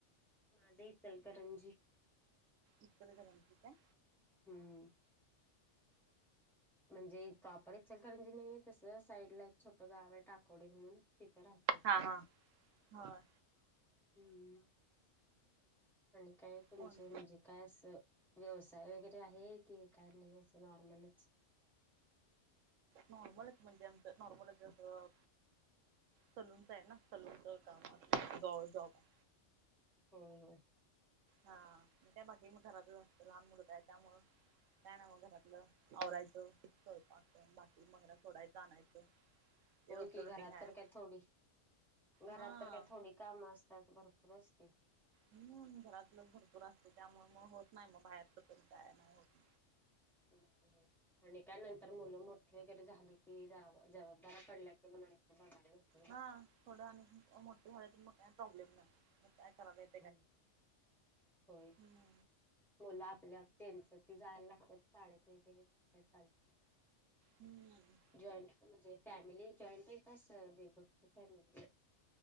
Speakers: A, in the centre; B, on the right.
A: माझ इथ चलकरंजी.
B: इतर करंजी का.
A: हम्म. म्हणजे प्रॉपर एक्सेल कांरणजी नाही तसं साईडला एक छोट गाव आहे टाकोडी म्हणून तिथं राहते.
B: हा हा हा.
A: हम्म आणि काय तुमचे
B: कोण
A: म्हणजे काय असं व्यवसाय वगैरे आहेत? ते काही नाही असं नॉर्मलच.
B: नॉर्मलच म्हणजे आमचं नॉर्मलच असं सलूनच आहे ना सलूनच काम जवळ जॉब आहे
A: होय होय
B: हा मी काय बाकी घरातच असते लहान मुलगा आहे त्यामुळं काय नाय मग घरातलं आवरायचं स्वयंपाक तेन बाकी मग याला सोडायचं आणायचं <inaudible>
A: होय की
B: रुटीन
A: घरात
B: आहे
A: तर काय थोडी घरात
B: हा
A: तर काय थोडी काम असतात भरपूर असते
B: हम्म घरातलच भरपूर असतयं त्यामुळे मग होत नाही मग बाहेर पण काय नाही होत
A: <inaudible> आणि काय नंतर मुलं मोठे वगैरे झाली की जवाब जबाबदाऱ्या पडल्या की मग बघाय
B: हा थोडं आणि मोठे झाल्यात मग काही प्रॉब्लेम नाही मग काय करायला येतंय
A: हो होय
B: हम्म
A: मुल आपली आप त्याच ती जायला लागतात शाळेत वगैरे चालतंय
B: हम्म
A: जॉईंट म्हणजे फॅमिली जॉईंट आहे का अस वेगवेगळ फॅमिली आहे